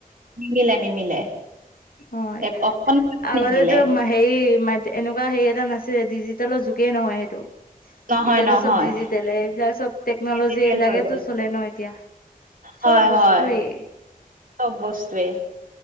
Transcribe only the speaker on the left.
হয়
আগতেতো
হেৰি ম এনেকুৱা হেৰি এটা নাছিলে ডিজিটেলৰ যুগে নহয় সেইটো।
এতিয়াতো
চব দিজিতেলে এইবিলাক চব টেকনলজি
এইবিলাকেটো
চলে ন এতিয়া,
চব বস্তুয়েই।